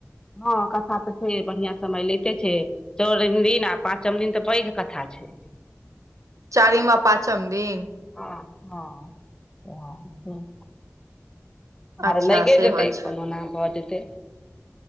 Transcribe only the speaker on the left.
हँ कथा तऽ छै बढ़िआं समय लैते छै चौरम दिन आ पाँचम दिन तऽ पैघ कथा छै
हँ हँ <unintelligible> आर
लैगे
जेतै
कोनो न भऽ जेतै